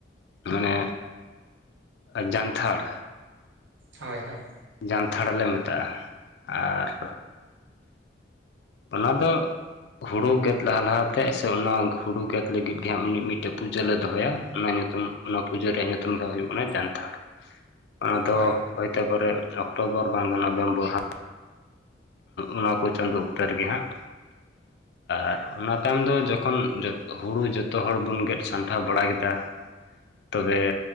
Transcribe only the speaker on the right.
ᱦᱳᱭ ᱦᱳᱭ
ᱦᱳᱭ